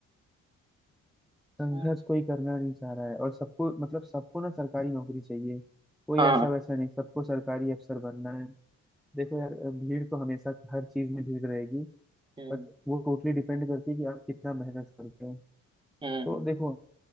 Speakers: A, in the centre; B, on the right.
A: संघर्ष
B: हम्म,
A: कोई करना नहीं चाह रहा है और सबको मतलब सबको ना सरकारी नौकरी चाहिए कोई
B: हाँ
A: ऐसा वैसा नहीं सबको सरकारी अफसर बनना है देखो यार भीड़ तो हमेशा हर चीज में भीड़ रहेगी
B: हम्म
A: बट वो टोटली डिपेंड करती है कि आप कितना मेहनत करते हो
B: हम्म
A: तो देखो